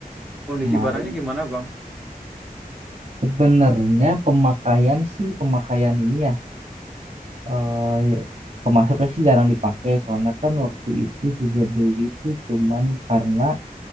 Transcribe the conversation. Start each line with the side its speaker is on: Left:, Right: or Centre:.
Centre: Kondisi
Right: Kemarin
Centre: barangnya gimana Bang?
Right: sebenarnya pemakaian sih pemakaian ini eh kemasuknya sih jarang dipakai soalnya kan waktu itu juga beli itu cuman karena